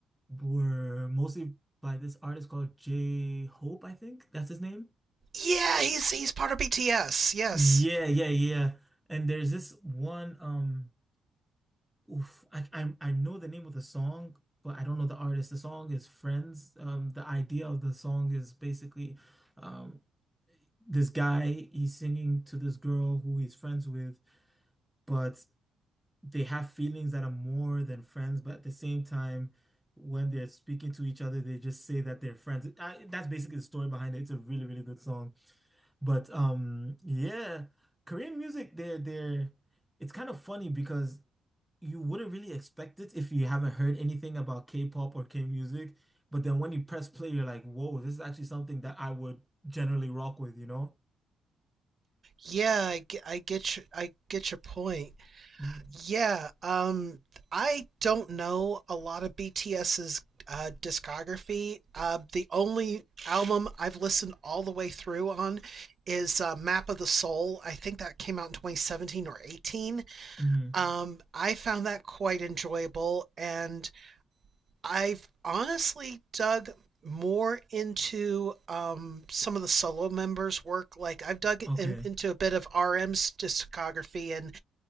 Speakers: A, in the centre; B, on the right.
A: were mostly by this artist called J Hope, I think that's his name.
B: Yeah, he's he's part of BTS. Yes.
A: Yeah, yeah, yeah. And there's this one, um, oof, I, I I know the name of the song, but I don't know the artist. The song is Friends. Um, the idea of the song is basically, um, this guy he's singing to this girl who he's friends with, but they have feelings that are more than friends, but at the same time, when they're speaking to each other, they just say that they're friends. I, that's basically the story behind it. It's a really, really good song. But um, yeah, Korean music, they're they're it's kind of funny because you wouldn't really expect it if you haven't heard anything about K-pop or K-music. But then when you press play, you're like, whoa, this is actually something that I would generally rock with, you know?
B: Yeah, I, ge- I get you, I get your point.
A: Mhm.
B: Yeah, um, I don't know a lot of BTS's uh, discography. Uh, the only album I've listened all the way through on is uh, Map of the Soul. I think that came out in 2017 or 18.
A: Mhm.
B: Um, I found that quite enjoyable, and I've honestly dug more into um, some of the solo members' work. Like I've dug
A: Okay.
B: in, into a bit of RM's discography, and